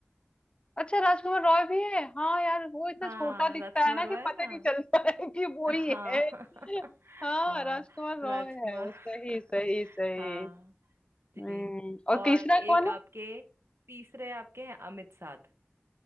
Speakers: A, on the left; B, on the right.
A: अच्छा राजकुमार रॉय भी है हाँ यार वो इतना
B: हाँ
A: छोटा दिखता
B: राजकुमार
A: है ना
B: रॉय
A: कि
B: है
A: पता
B: ना
A: नहीं चलता है कि वो ही
B: हाँ
A: है
B: <laughs>
A: हाँ
B: हाँ
A: राजकुमार रॉय
B: राजकुमार
A: है सही
B: <laughs>
A: सही सही
B: हाँ
A: हम्म
B: जी और
A: और तीसरा
B: एक
A: कौन
B: आपके
A: है
B: तीसरे आपके हैं अमित साध